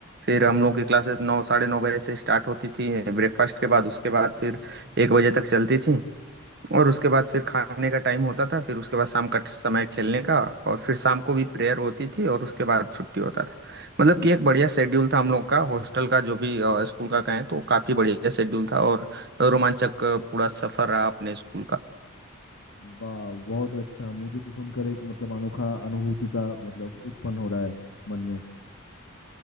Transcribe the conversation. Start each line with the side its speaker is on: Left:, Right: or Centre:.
Right: फिर हम लोग की क्लासेस नौ साढ़े नौ बजे से स्टार्ट होती थी ब्रेकफास्ट के बाद उसके बाद फिर एक बजे तक चलती थी और उसके बाद फिर खाने का टाइम होता था फिर उसके बाद शाम का समय खेलने का और फिर शाम को भी प्रेयर होती थी और उसके बाद छुट्टी होता था मतलब कि एक बढ़िया शेड्यूल था हम लोग का हॉस्टल का जो भी अ, स्कूल का कहें तो काफी बढ़िया शेड्यूल था और रोमांचक अ, पूरा सफर रहा अपने स्कूल का
Left: वाह बहुत अच्छा मुझे तो सुनकर एक मतलब अनोखा अनुभूति का मतलब उत्पन्न हो रहा है मन में